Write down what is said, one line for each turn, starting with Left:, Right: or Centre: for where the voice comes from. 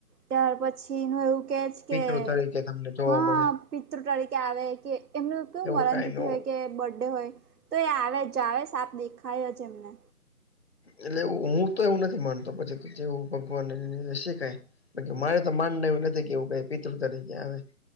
Right: ત્યાર પછીનું એવું કે છે
Left: પિતૃ
Right: કે
Left: તરીકે તમને જોવા
Right: હા
Left: મળે
Right: પિતૃ તરીકે આવે કે એમનું કેું
Left: એવું
Right: મરણ
Left: કઈ
Right: તિથિ
Left: ન
Right: હોય કે બર્થડે હોય. તો એ આવે જ આવે સાપ દેખાય જ એમને.
Left: એટલે એ હું તો એવું નથી માનતો પછી જેવું ભગવાનને હશે કંઈ. મારે તો માનવું એવું નથી કે કઈ પિતૃ તરીકે આવે.